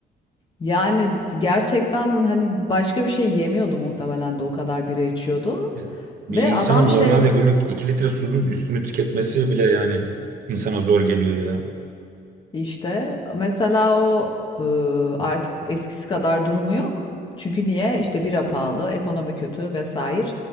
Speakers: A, on the left; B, on the right.
A: Yani gerçekten hani başka bir şey yemiyordu muhtemelen de o kadar bira içiyordu.
B: Yani bir
A: Ve
B: insanın
A: adam şey
B: normalde günlük 2 litre suyun üstünü tüketmesi bile yani insana zor geliyor ya.
A: İşte mesela o e, artık eskisi kadar durumu yok. Çünkü niye? İşte bira pahalı, ekonomi kötü vesaire.